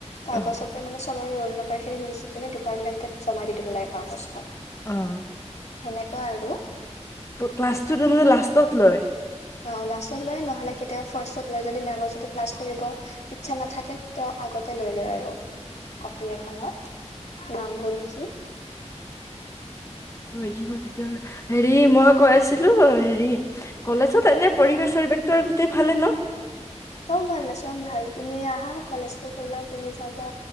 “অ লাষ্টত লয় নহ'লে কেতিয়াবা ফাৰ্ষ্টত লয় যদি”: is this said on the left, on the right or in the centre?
Left